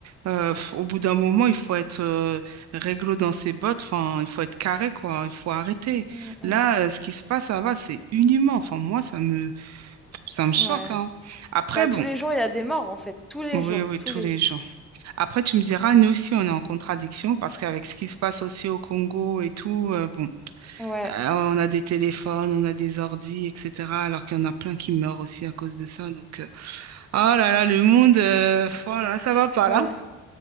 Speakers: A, on the right; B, in the centre.
A: Euh, pff, au bout d'un moment, il faut être euh, réglo dans ses bottes. Enfin, il faut être carré, quoi. Il faut arrêter.
B: Mm, mm.
A: Là, euh, ce qui se passe, ça va, c'est inhumain. Enfin, moi, ça me, ça me choque,
B: Ouais.
A: hein. Après,
B: Bah,
A: bon.
B: tous les jours, il y a des morts, en fait. Tous les
A: Oui,
B: jours,
A: oui,
B: tous
A: tous
B: les
A: les
B: jours.
A: jours. Après, tu me diras, nous aussi, on est en contradiction parce qu'avec ce qui se passe aussi au Congo et tout, euh, bon,
B: Ouais,
A: euh, on a des téléphones, on a des ordis, etc. Alors qu'il y en a plein qui meurent aussi à cause de ça. Donc, euh, ah là là, le monde, euh, voilà, ça va pas
B: ouais.
A: là.